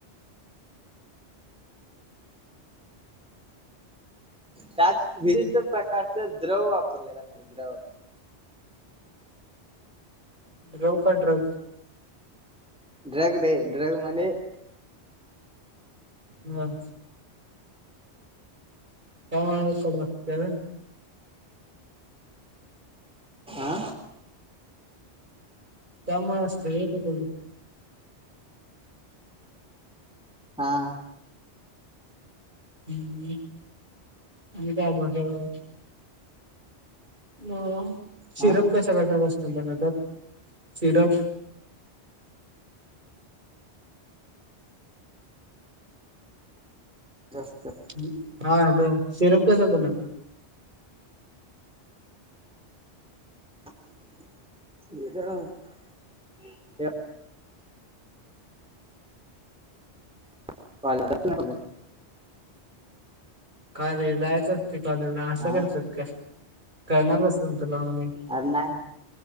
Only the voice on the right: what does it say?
<unintelligible>
द्रव का दव?
ब <unintelligible>
त्या मुळं असतय नई तिकडचं.
हम्म, आणि काय <unintelligible> म सिरप
कसा कसा कस बनतात सिरप.
अं हा हॅलो, सिरप कसा बनतात?
का रे जायचं. <unintelligible> असं
करत्यात काय? करणार कसं म्हत ला मी.